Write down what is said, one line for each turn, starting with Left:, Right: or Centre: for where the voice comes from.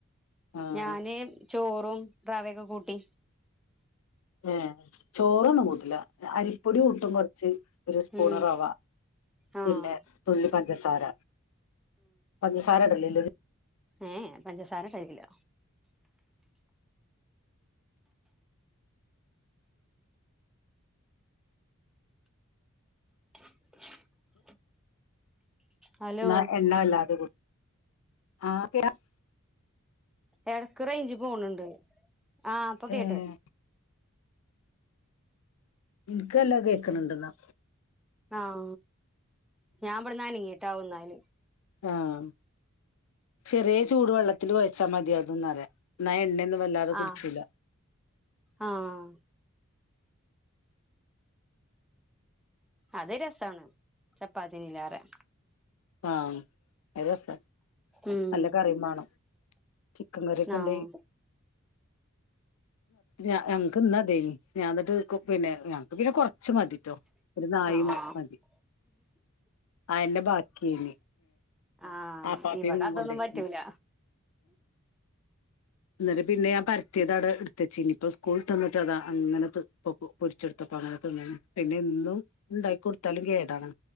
Left: ആഹ്
Centre: ഞാന് ചോറും റവയൊക്കെ കൂട്ടി
Left: ഏ ചോറൊന്നും കൂട്ടില്ല അരിപ്പൊടി കൂട്ടും കുറച്ച് ഒരു സ്പൂൺ
Centre: ഉം
Left: റവ
Centre: ആഹ്
Left: പിന്നെ തുള്ളി പഞ്ചസാര പഞ്ചസാര ഇട ല്ലില്ലതിൽ
Centre: ഏ ഏ പഞ്ചസാര സേവില്ല <inaudible> ഹലോ
Left: എന്നാ എണ്ണ അല്ലാതെ കൂ ആ <unintelligible>
Centre: എടക്ക് റേഞ്ചി പോണണ്ട് ആഹ ഇപ്പൊ
Left: ഏഹ്
Centre: കേട്ട്
Left: ഇൻക്ക് നല്ല കേക്ക്ണണ്ടെന്നാ
Centre: ആഹ ഞാൻവടന്ന് അന ങ്ങീട്ടാവും ന്നാല്
Left: ആഹ ചെറിയ ചൂട് വെള്ളത്തിൽ കുഴച്ചാ മതി അതന്നിറയാ എന്ന എണ്ണ വല്ലാതെ കുടിചൂല്ല
Centre: ആഹ് ആഹ് അത് രസമാണ് ചപ്പാത്തിനിലേറെ
Left: അത് രാസാ
Centre: ഉം
Left: നല്ല കറി മാണംചിക്കൻ കറിയൊക്കെ
Centre: ആഹ്
Left: ഇണ്ടേൽ ഞങ്ങക്ക് ഇന്ന അതേ ഞാ എന്നിട്ട് പിന്നെ ഞങ്ങക്ക് പിന്നെ കൊറ ച്ച് മതിട്ടോ ഒരു നായി
Centre: ആഹ്
Left: മതി അയന്ന ബാക്കി നിം
Centre: ആഹ്
Left: അപ്പാപ്പിം
Centre: ഇവിടെ അതൊന്നും
Left: കൊണ്ടോയ്ക്കണ്
Centre: പറ്റൂല
Left: എന്നിട്ട് പിന്നെ ഞാൻ പരുത്തിയത് അട എടുത്തചീനി ഇനിയിപ്പോ സ്കൂൾിട്ടന്നിട്ട്താ അങ്ങനെ തിന്ന് കു പൊരിച്ചെടുത്ത പണക്കന്ന പിന്നെ ഇന്നും ഉണ്ടാക്ക കൊടുത്താലും കേടാണ്